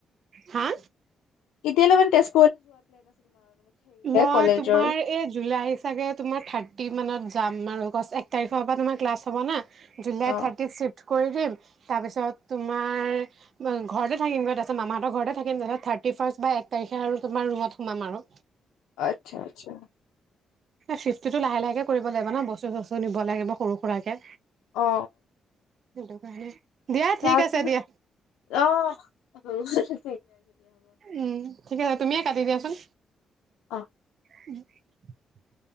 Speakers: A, on the right; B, on the left.
A: হা
B: এতিয়ালৈ মানে তেজ
A: মই
B: কলেজৰ
A: তোমাৰ এই জুলাই চাগে তোমাৰ থাৰ্টি মানত যাম আৰু। গছ এক তাৰিখৰ পৰা তোমাৰ ক্লাছ' হ'ব না। জুলাই
B: অ
A: থাৰ্টি ফিফ । কৰি দিম তাৰপিছত তোমাৰ ঘৰতে থাকিমগৈ তাৰপিছত মামাহঁতৰ ঘৰতে থাকিম তাৰপিছত থাৰ্টি ফাৰ্ষ্ট বা এক তাৰিখে আৰু তোমাৰ ৰুমত সোমাম আৰু।
B: আচ্ছা আচ্ছা।
A: ফিফটিটো লাহে লাহেকে কৰিব লাগিব ন বস্তু চস্তু নিব লাগিব সৰু সৰু সুৰাকে।
B: অ
A: সেইটো কাৰণে দিয়া
B: তাত
A: ঠিক আছে দিয়া
B: আহ
A: উম ঠিকে আছে তুমিয়ে কাটি দিয়াচোন
B: অ
A: । <inaudible>